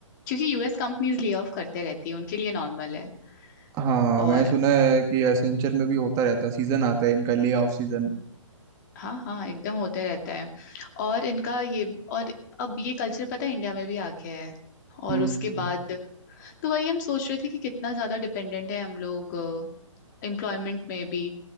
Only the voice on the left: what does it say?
क्योंकि यूएस कंपनीज ले ऑफ करते रहती है उनके लिए नॉर्मल है
और
हाँ हाँ एकदम होते रहता है और इनका ये और अब ये कल्चर पता है इंडिया में भी आ गया है और
उसके बाद तो वही हम सोच रहे थे कि कितना ज्यादा डिपेंडेंट है हम लोग एम्प्लॉयमेंट में भी